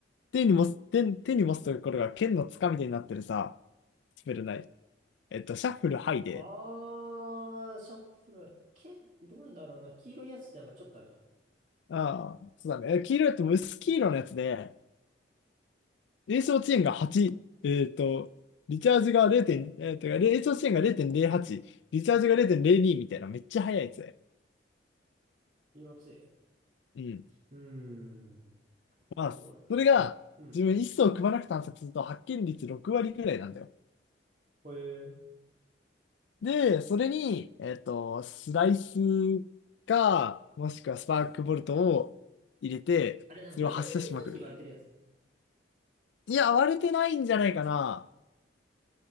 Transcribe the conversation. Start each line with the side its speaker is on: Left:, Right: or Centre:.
Left: 手に持つ、手に、手に持つところが剣のつかみ手になってるさ、スペルない。えっと、シャッフルハイで、
Right: あー、シャッフル。け、どれだろうな。黄色いやつってなんかちょっとあるじゃん。
Left: ああ、そうだね。え黄色いと薄黄色のやつで、炎症遅延が8、えっと、リチャージが0点、えっと、炎症遅延が0.08、リチャージが0.02みたいな、めっちゃ速いやつで。
Right: 黄色強い。
Left: うん。
Right: うーん。
Left: まあ、
Right: どれだ。
Left: それが、
Right: うん。
Left: 自分一層組まなく探索すると発見率6割ぐらいなんだよ。
Right: これ、
Left: で、それに、えっと、スライスか、もしくはスパークボルトを入れて、
Right: あれ、なんか真ん中だけ2つに割れてるやつ
Left: それを発射しまくる。いや、割れてないんじゃないかな。